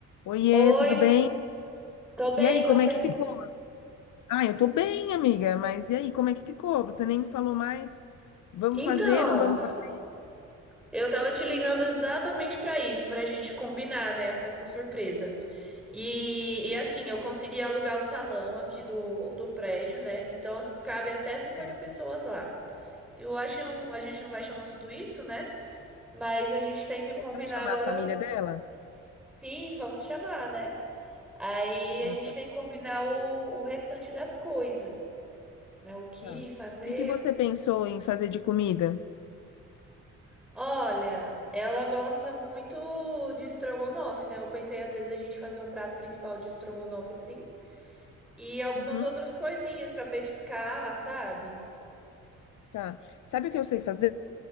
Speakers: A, on the left; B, in the centre.
A: Oiê,
B: Oi,
A: tudo bem?
B: tô bem,
A: E aí,
B: você?
A: como é que ficou? Ah, eu tô bem, amiga, mas e aí, como é que ficou? Você nem me falou mais. Vamos
B: Então,
A: fazer, não vamos fazer
B: eu tava te ligando exatamente pra isso, pra gente combinar, né, a festa surpresa. E, e assim, eu consegui alugar o salão aqui do, do prédio, né? Então as- cabe até cinquenta
A: certo.
B: pessoas lá. Eu acho que não, a gente não vai chamar tudo isso, né? Mas a gente tem que combinar
A: Mas vai chamar
B: agora.
A: a família dela?
B: Sim, vamos chamar, né? Aí
A: Ah,
B: a gente
A: tá,
B: tem que combinar o, o restante das coisas, né? O que
A: tá.
B: fazer,
A: O que que você pensou em fazer de comida?
B: Olha, ela gosta muito de estrogonofe, né? Eu pensei às vezes a gente fazer um prato principal de estrogonofe assim e algumas
A: Uhum,
B: outras coisinhas pra petiscar, sabe?
A: tá. Sabe o que eu sei fazer?